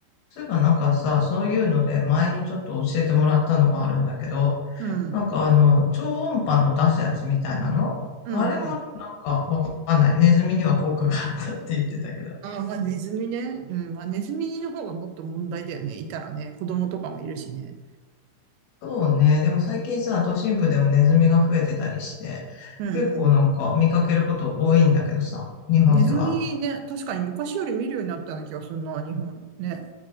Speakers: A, on the left; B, on the right.
A: そういえばなんかさ、そういうので前にちょっと教えてもらったのがあるんだけど、
B: うん、
A: なんかあの、超音波の出すやつみたいなのあれもなんかわかんない。
B: うん、うん。
A: ネズミには効果があったって言ってたけど。
B: ああ、まあネズミね。うん、まあネズミの方がもっと問題だよね。いたらね、子供とかもいるしね。
A: そうね。でも最近さ、都心部でもネズミが増えてたりして、
B: うん、
A: 結構なんか見かけること多いんだけどさ、
B: うん。
A: 日本では。
B: ネズミね、確かに昔より見るようになったような気がするな、日本ね。